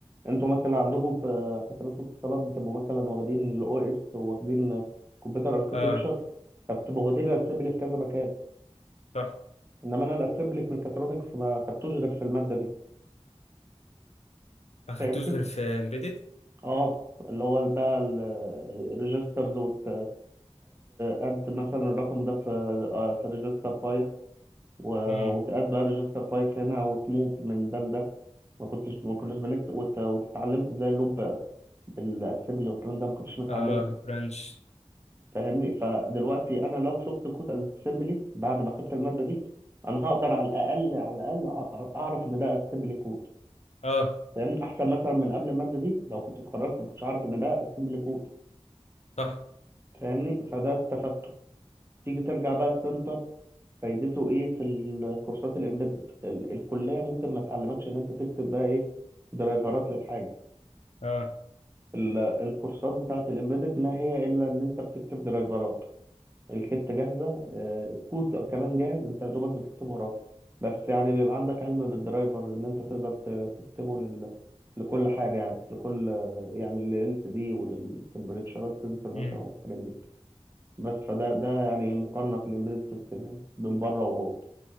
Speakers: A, on the right; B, on the left.
A: انتوا مثلا عندكم في حسابات واتصالات بتبقوا مثلا واخدين الاو اس وواخدين كمبيوتر اركتكتشر
B: أه
A: فبتبقوا واخدين الاسمبلي في كذا مكان
B: صح
A: انما انا الاسمبلي في ميكاترونكس ما خدتوش غير في الماده دي
B: ما خدتوش
A: فاهمني
B: غير في امبيدد
A: اه اللي هو بقى الريجسترز وتقد قد مثلا الرقم ده في آه، في ريجستر 5 و-
B: امم
A: وتقد بقى ريجستر 5 هنا وتموف من ده لده ما كنتش ما كناش بنكتب وت- وتتعلمت ازاي اللوب الاسمبلي والكلام ده ما كنتش متعلمه
B: اه برانش
A: فاهمني فدلوقتي انا لو شفت كود اسمبلي بعد ما خدت الماده دي انا هقدر على الاقل على الاقل أع- اعرف ان ده اسمبلي كود
B: اه
A: فاهمني احسن مثلا من قبل الماده دي لو كنت اتخرجت ما كنتش اعرف ان ده اسمبلي كود
B: صح
A: فاهمني فده استفدته تيجي ترجع بقى السنتر فايدته ايه في الكورسات الامبيدد ال- الكليه ممكن ما تعلمكش ان انت تكتب بقى ايه درايفرات للحاجه
B: اه
A: ال- الكورسات بتاعه الامبيدد ما هي الا ان انت بتكتب درايفرات الكتة جاهزة آه، الكود كمان جاهز انت يا دوبك بتكتب وراه بس يعني بيبقى عندك علم بالدرايفر ان انت تقدر ت- تكتبه لل... لكل حاجة يعني لكل يعني لل إل سي دي وللتمبريتشرات سنسور مثلا
B: امم
A: والحاجات دي بس فده ده يعني مقارنة في الامبيدد سيستم يعني بين بره وجوه